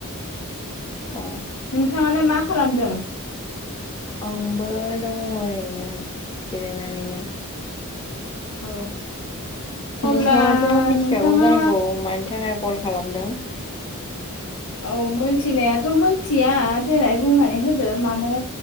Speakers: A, on the left; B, on the left.
A: अ।
B: नोंथाङालाय मा खालामदों?
A: आंबो दङ ओरैनो जिरायनानैनो।
B: औ। अब्ला
A: नोंथाङाथ' मिथिखागौ
B: नोंथाङा
A: जानांगौ मानि थाखाय कल खालामदों।
B: औ मोनथिनायाथ' मोनथिया देलाय बुंनानै होदो मानो